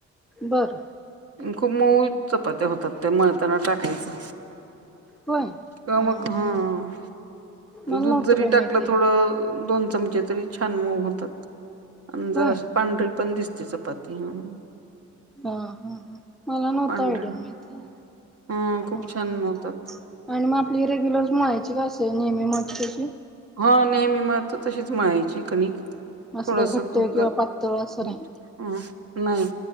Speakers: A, in the centre; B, on the right.
A: बरं.
B: खूप मऊ चपात्या होतात ते मळताना टाकायचं.
A: होय
B: का
A: हा
B: मग
A: हा
B: हां.
A: मला
B: दूध
A: नव्हतं
B: जरी
A: बाई
B: टाकलं
A: माहिती
B: थोडं दोन चमचे तरी छान मऊ होतात. आणि जरा
A: होय
B: असं पांढरी पण दिसते चपाती हां.
A: हां हां हां मला नव्हत
B: पांढऱ्या
A: आयडिया माहिती.
B: हं खूप
A: आणि
B: छान होतात.
A: मग आपली रेग्युलर मळायची का अस नेहमी मळतो अशी?
B: हां नेहमी मळतो तशीच मळायची कणिक.
A: असं
B: थोडस
A: काही घट्ट
B: तुप
A: किंवा
B: घाल
A: पातळ असं
B: मीठ.
A: नाही
B: नाही